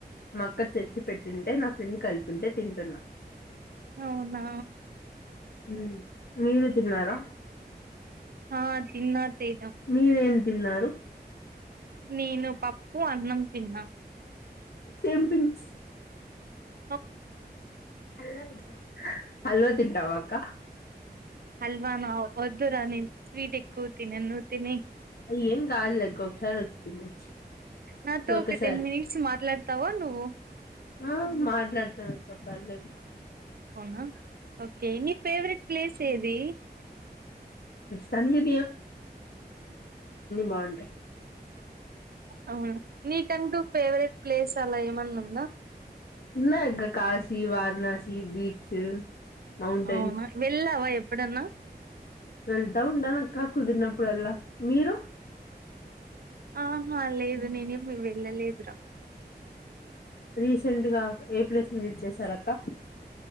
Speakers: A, on the left; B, on the right.
A: మా అక్క తెచ్చి పెట్టింటే నా ఫ్రెండ్ కలిపి ఉంటే తింటున్నా
B: అవునా
A: హ్మ్మ్ మీరు తిన్నారా
B: హా జిమ్నాథ సయిద
A: మీరేం తిన్నారు
B: నేను పప్పు అన్నం తిన్నా.
A: చెం పించ్
B: ఓ
A: అలాలు ఆ అల్వతింటావక్క.
B: అల్వాను వద్దురా నిం స్వీట్ ఎక్కువ తినను. తినే
A: అయ్యో ఏం కాదులే ఒక్క ఒకసారి వచ్చి తినొచ్చు.
B: నాతో
A: ఒకసారి
B: ఒక టెన్ మినిట్స్ మాట్లాడతావా నువ్వు. ఓ
A: ఆ మాట్లాడతా అక్క పర్లేదు.
B: అవునా ఓకే నీ ఫేవరెట్ ప్లేస్. తేది
A: సంహిత్ బాగుంటాయి
B: అవునా నీకంటూ ఫేవరెట్ ప్లేస్ అలా ఏం అలనంద
A: ఉందానా కాశీ వారణాసి బీచ్ మౌంటైన్స్
B: అవునా వెళ్ళావా ఎపు ఎప్పుడన్నా
A: వెళ్తా ఉంటడాల నాక్క కుదిరినప్పుడు. అప్పుడలా మీరు
B: ఆ ఆ లేదు నేనే ఎపు వెళ్ళలేదు. టాప్
A: రీసెంట్ గా ఏ ప్లస్ విజిట్ చేశారా అక్క.